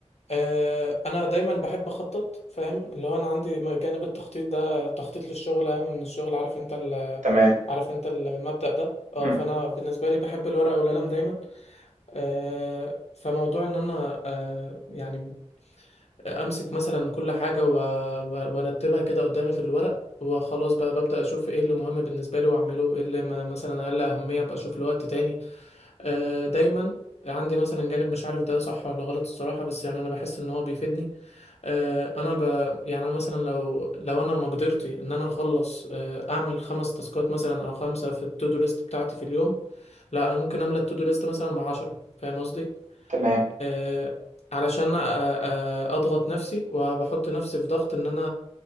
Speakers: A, on the left (about 60°); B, on the right (about 90°).
A: آه انا دايما بحب اخطط فاهم اللي هو انا عندي م- جانب التخطيط ده تخطيط للشغل اهم من الشغل عارف انت ال
B: تمام
A: عارف انت المبدأ ده اه
B: مم.
A: فانا بالنسبه لي بحب الورقه والقلم دايما آه فموضوع ان انا آه يعني امسك مثلا كل حاجه و- و- وارتبها كده قدامي في الورق وخلاص بقى ببدا اشوف ايه اللي مهم بالنسبه لي واعمله ايه اللي ما مثلا اقل اهميه ابقى اشوف له وقت تاني آه، دايما عندي مثلا جانب مش عارف ده صح ولا غلط الصراحه بس يعني انا بحس ان هو بيفيدني آه، انا ب... يعني أنا مثلا لو لو انا مقدرتي ان انا اخلص آه، اعمل خمس تاسكات مثلا او خمسه في التودو ليست بتاعتي في اليوم لا انا ممكن املى التودو ليست مثلا بعشرة فاهم قصدي
B: تمام
A: آه، علشان آه، آه، اضغط نفسي وبحط نفسي في ضغط ان انا